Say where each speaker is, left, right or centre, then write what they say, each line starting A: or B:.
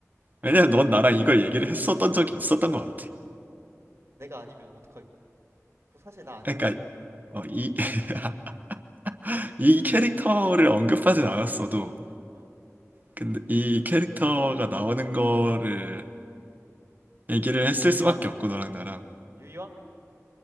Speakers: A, on the right; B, on the right.
A: 왜냐면 넌 나랑 이걸 얘기를 했었던 적이 있었던 것 같아.
B: 내가 아니면 어떡하게. 그 사실 나 아니었음.
A: 그러니까 어, 이, <laughs>
B: 음,
A: 이 캐릭터를 언급하진 않았어도
B: 어.
A: 근데 이 캐릭터가 나오는 거를 얘기를 했을
B: 유희왕?
A: 수밖에 없고 너랑 나랑
B: 유희왕?